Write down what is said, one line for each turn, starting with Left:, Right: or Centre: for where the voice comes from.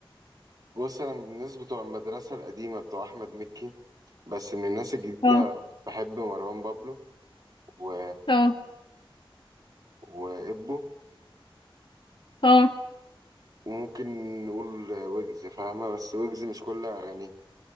Right: بص انا من الناس بتوع المدرسه القديمه بتوع احمد مكي بس من الناس الجديده
Left: اه
Right: بحب مروان بابلو و...
Left: اه
Right: وإبو
Left: اه
Right: وممكن نقول ويجز فاهمة بس ويجز مش كل أغانيه